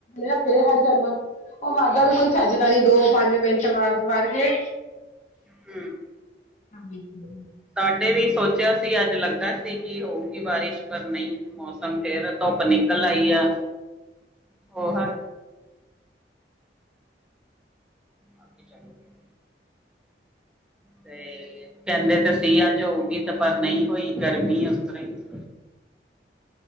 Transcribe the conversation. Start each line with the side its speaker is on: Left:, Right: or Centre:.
Left: ਆਏ ਫਿਰ ਹੜ ਜਾਂਦਾ। ਉਹ ਵੱਧਦਾ ਕੋਈ ਚੱਜਦਾ ਨੀ ਦੋ ਪੰਜ ਮਿੰਟ ਵਸ ਵੱਧ ਕੇ
Centre: ਹਮ।
Left: ਹਾਂਜੀ ਕਿਵੇਂ?
Centre: ਸਾਡੇ ਵੀ ਸੋਚਿਆ ਸੀ ਅੱਜ ਲੱਗਾ ਸੀ ਕਿ ਹੋਊਗੀ ਬਾਰਿਸ਼ ਪਰ ਨਹੀਂ ਮੌਸਮ ਫਿਰ ਧੁੱਪ ਨਿਕਲ ਆਈ ਆ। ਉਹ ਬੱਗੀ ਚਾਹੀਦੀ ਏ। ਤੇ ਕਹਿੰਦੇ ਤੇ ਸੀਆ ਜਾ ਹੋਊਗੀ ਤੇ ਪਰ ਨਹੀਂ ਹੋਈ ਗਰਮੀ ਉਸ ਤਰ੍ਹਾਂ ਹੀ।